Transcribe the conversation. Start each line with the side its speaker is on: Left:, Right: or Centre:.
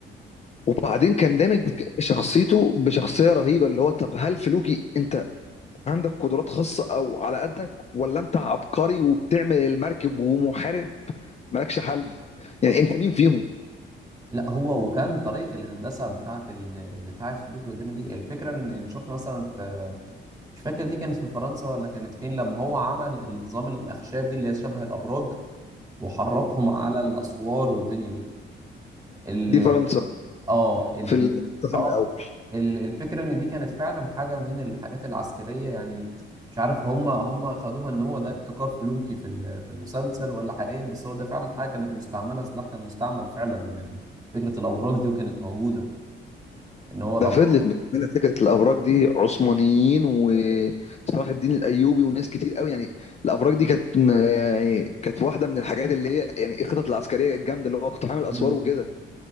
Left: وبعدين كان دامج شخصيته بشخصيه رهيبه اللي هو طب هل فلوكي انت عندك قدرات خاصة أو على قدك ولا أنت عبقري وبتعمل المركب ومحارب مالكش حل يعني
Right: آه.
Left: أنت مين فيهم
Right: لا هو وكان طريقه الهندسه بتاعه ال... بتاعه فلوك والدنيا دي الفكره ان إن شفت مثلا في مش فاكر دي كانت في فرنسا ولا كانت فين لما هو عمل النظام الاخشاب دي اللي هي شبه الابراج وحركهم على الاسوار والدنيا دي ال-
Left: دي فرنسا
Right: اه ال
Left: في الاقتحام
Right: ال اه
Left: الأول
Right: ال- الفكرة ان دي كانت فعلا حاجة من الحاجات العسكرية يعني مش عارف هم هم خدوها ان هو ده ابتكار فلوكي في ال- في المسلسل ولا حقيقيا بس هو ده فعلا حاجة كانت مستعملة سلاح كان مستعمل فعلا فكرة الأبراج دي وكانت موجودة ان هو
Left: ده
Right: الأبراج
Left: فضلت مكملة فكرة الأبراج دي عثمانيين وصلاح الدين الأيوبي وناس كتير قوي يعني الأبراج دي كانت يعني كانت واحدة من الحاجات اللي هي يعني الخطط العسكرية الجامدة اللي هو اقتحام الأسوار
Right: مم.
Left: وكده